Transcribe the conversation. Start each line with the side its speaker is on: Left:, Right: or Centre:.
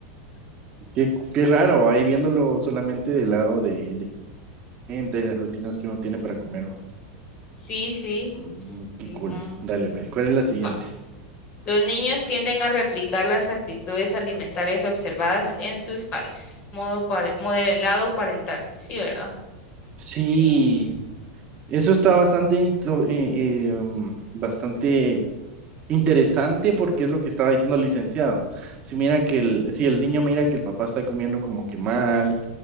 Right: Qué, qué raro, ahí viéndolo solamente del lado de, de gente y las rutinas que uno tiene para comer. ¿no?
Left: Sí, sí.
Right: Mm, Qué
Left: Mm,
Right: cool. Dale, ve. ¿Cuál es la siguiente?
Left: va. Los niños tienden a replicar las actitudes alimentarias observadas en sus padres. Modo pare- modelado parental. Sí, ¿verdad?
Right: Sí,
Left: Sí.
Right: eso está bastante, intro- eh, eh, um, bastante Interesante porque es lo que estaba diciendo el licenciado. Si mira que el, si el niño mira que el papá está comiendo como que mal,